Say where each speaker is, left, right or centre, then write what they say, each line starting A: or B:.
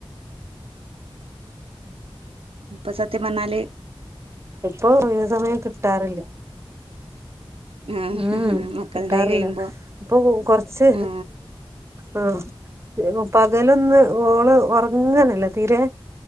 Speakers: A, on the right; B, on the right.
A: ഇപ്പസത്യമ്പർഞ്ഞാല്
B: ഇപ്പൊ ഒയിവ് സമയം കിട്ടാറില്ല്യ.
A: ആ
B: ഉം
A: മക്കളുണ്ടായി
B: കിട്ടാറില്ല
A: കഴിയുമ്പോ
B: പ്പൊ കൊറച്ച്
A: ആ
B: ആ പകലൊന്ന് ഓള് ഒറങ്ങെന്നില്ല തീരേ